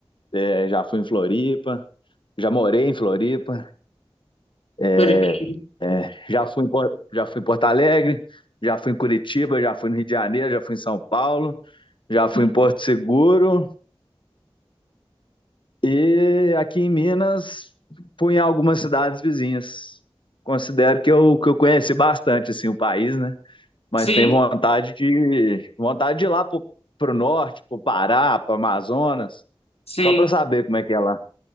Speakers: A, on the left; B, on the left.
A: eh, já fui em Floripa, já morei em Floripa,
B: Floripa
A: eh,
B: é lindo.
A: Já fui, em, Por- já fui em Porto Alegre, já fui em Curitiba, já fui no Rio de Janeiro, já fui em São Paulo, já fui
B: <laughs>
A: em Porto Seguro e aqui em Minas fui em algumas cidades vizinhas. Considero que eu, que eu conheci bastante assim o país, né? Mas
B: Sim,
A: tenho vontade de vontade de ir lá pro, pro norte, pro Pará, pro Amazonas,
B: sim.
A: só para saber como é que é lá.